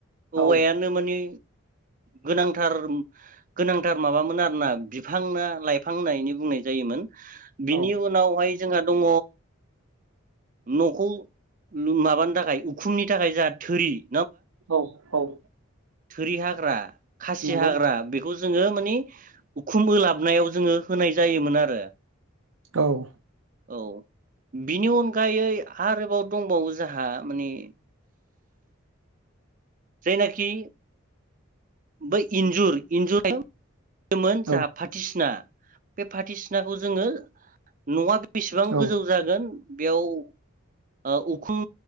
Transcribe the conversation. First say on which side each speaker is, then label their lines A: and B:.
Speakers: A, on the right; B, on the right.
A: औवायानो
B: औ
A: माने गोनांथार गोनांथार माबामोन आरोना बिफां ना लाइफां होननानै बुंनाय जायोमोन बिनि
B: औ
A: उनावहाय जोंहा दङ न'खौ माबानो थाखाय उखुमनि थाखाय जोंहा थोरि ।
B: औ औ
A: थोरि हाग्रा खासि
B: नंगौ
A: हाग्रा बेखौ जोङो माने उखुम होलाबनायाव जोङो होनाय जायोमोन । <inaudible>
B: औ
A: औ बिनि अनगायै आरोबाव दंबावो जोंहा माने जायनाखि बै इन्जुर इन्जुर मोन जोंहा
B: औ
A: फाथोसिना बे फाथो सिनाखौ जोङो न'आ बेसेबां
B: औ
A: गोजौ जागोन बेयाव उखुम